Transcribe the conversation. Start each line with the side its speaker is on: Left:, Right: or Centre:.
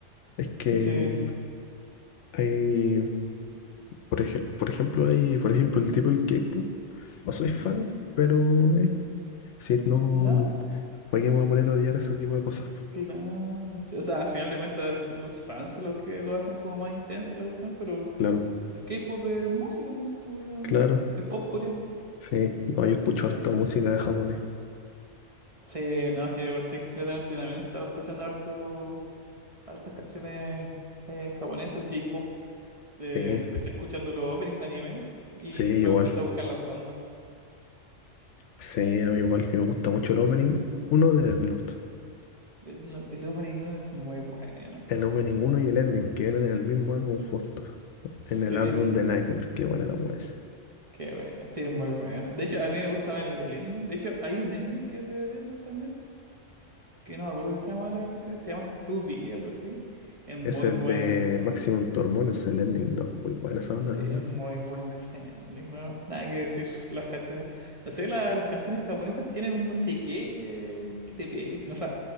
Left: es que
Right: Sí.
Left: hay, por ej- por ejemplo, hay, por ejemplo, el tipo del K-pop, no soy fan,
Right: Ujú.
Left: pero eh, sí, no.
Right: No,
Left: ¿Para qué me voy a poner a odiar ese tipo de cosas?
Right: claro. Sí, O sea, al final de cuentas son los fans los que lo hacen como más intenso la cuestión, pero
Left: Claro,
Right: el K-pop es música, ¿no? Pues, eh,
Left: claro.
Right: Es pop coreano.
Left: Sí, no, yo escucho harto
Right: Sí,
Left: música de japonés.
Right: Sí, no, yo igual sí que ciertamente yo también he estado escuchando harto, hartas canciones eh, japonesas, el J-pop. De-
Left: Sí,
Right: Empecé escuchando los openings de anime y
Left: sí, igual.
Right: después me empecé a buscar las bandas.
Left: Sí, a mí
Right: Y- y-
Left: igual. Y me gusta mucho el opening uno de Death Note.
Right: El, no- el opening no es muy bueno.
Left: El opening uno y el ending que vienen en el mismo álbum justo.
Right: Sí.
Left: En el álbum de Nightmare, qué buena la wea ese.
Right: Qué bueno. Sí, es muy bueno. De hecho, a mí me gustaba el, el ending. De hecho, hay un ending que es de Death Note también, que no me acuerdo qué se llama la canción, creo que se llama Tsubiri, algo así. Es muy
Left: Es el
Right: buena.
Left: de Maximum Tormón, es el ending dos, Muy buena esa banda
Right: Sí,
Left: también.
Right: es muy buena ese ending, ¿no? Nada que decir. Las canciones, no sé, la- las canciones japonesas tienen un no sé qué que, que te pe- O sea,